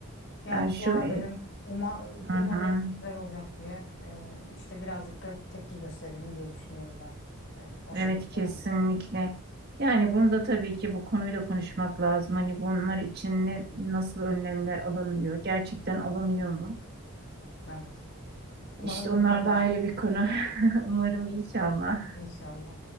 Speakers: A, on the left (about 55°); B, on the right (about 45°).
A: Yani
B: Yani şu
A: dua
B: e,
A: edelim. Uma, umalım
B: hı hı,
A: güzel olacak diye. E, işte birazcık da tepki gösterelim diye düşünüyorum ben. E, o
B: evet
A: şekilde
B: kesinlikle.
A: yani.
B: Yani bunu da tabii ki bu konuyu da konuşmak lazım. Hani bunlar için ne, nasıl önlemler alınıyor? Gerçekten alınıyor mu?
A: Evet. Umarım
B: İşte
A: güzel
B: onlar
A: olsun.
B: da ayrı bir konu. <laughs> Umarım inşallah.
A: İnşallah.